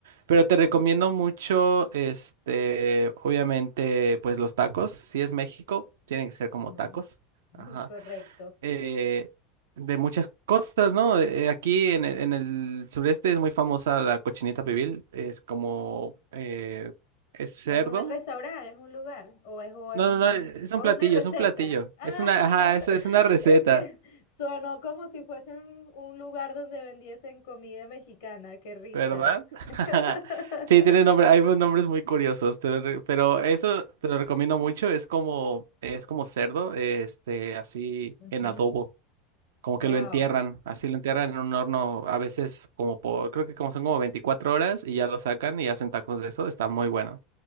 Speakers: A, on the right; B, on the left.
A: Pero te recomiendo mucho, este, obviamente, pues los tacos. Si es México, tienen que ser como
B: Ujú.
A: tacos.
B: <laughs>
A: Ajá
B: Correcto.
A: eh, de muchas cosas, ¿no? Eh, aquí en el, en el sureste es muy famosa la cochinita pibil, es como, eh, es cerdo.
B: Es un restaurante, es un lugar, o es, o es
A: No,
B: un,
A: no, no, es
B: o
A: un
B: es
A: platillo,
B: una receta.
A: es un platillo.
B: Ah,
A: Es una, ajá, es, es
B: <laughs>
A: una receta,
B: es que sonó como si fuese un, un lugar donde vendiesen comida mexicana, qué risa.
A: ¿verdad? <laughs>
B: <laughs>
A: Sí, tiene nombre, hay unos nombres muy curiosos, te lo re- pero eso te lo recomiendo mucho, es como, es como cerdo, este, así
B: Ujú.
A: en adobo. como
B: Wow.
A: que lo entierran, así lo entierran en un horno, a veces como por, creo que como son como 24 horas y ya lo sacan y hacen tacos de eso, está muy bueno.